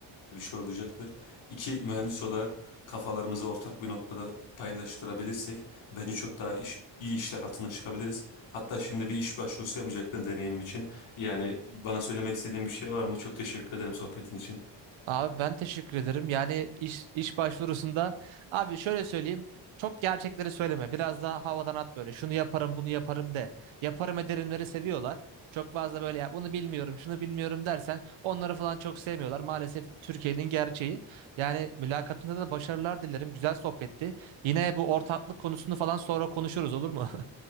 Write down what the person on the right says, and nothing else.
Abi ben teşekkür ederim. Yani iş iş başvurusunda abi şöyle söyleyeyim. Çok gerçekleri söyleme. Biraz daha havadan at böyle. Şunu yaparım, bunu yaparım de. Yaparım ederimleri seviyorlar. Çok fazla böyle ya bunu bilmiyorum, şunu bilmiyorum dersen onları falan çok sevmiyorlar. Maalesef Türkiye'nin gerçeği. Yani mülakatında da başarılar dilerim. Güzel sohbetti. Yine bu ortaklık konusunu falan sonra konuşuruz olur mu?